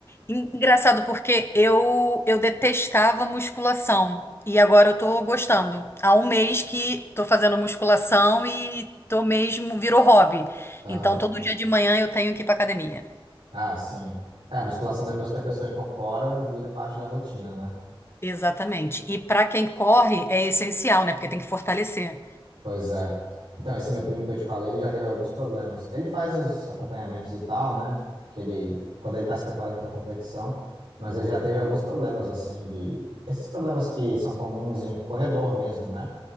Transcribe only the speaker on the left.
En- Engraçado porque eu eu detestava musculação e agora eu tô gostando. Há um mês que tô fazendo musculação e tô mesmo virou hobby.
Então, todo dia de manhã eu tenho que ir pra academia.
Exatamente. E pra quem corre é essencial, né? Porque tem que fortalecer.